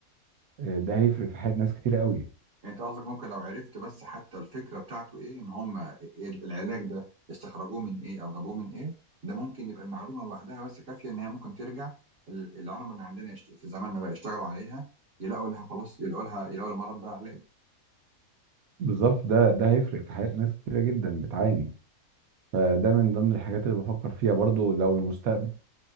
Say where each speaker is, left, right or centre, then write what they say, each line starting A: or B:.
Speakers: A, on the right; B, on the right.
A: آه، ده هيفرق في حياة ناس كتيرة قوي
B: يعني انت قصدك ممكن لو عرفت بس حتى الفكره بتاعته ايه ان هم إيه العلاج ده استخرجوه من ايه او جابوه من ايه ده ممكن يبقى المعلومه لوحدها بس كافيه ان هي ممكن ترجع ال- العلماء اللي عندنا يشت- في زماننا بقى يشتغلوا عليها يلاقوا لها خلاص يلاقوا لها يلاقوا المرض ده علاج
A: بالظبط ده ده هيفرق في حياة ناس كتيرة جدا بتعاني فده من ضمن الحاجات اللي بفكر فيها برضو لو المستقبل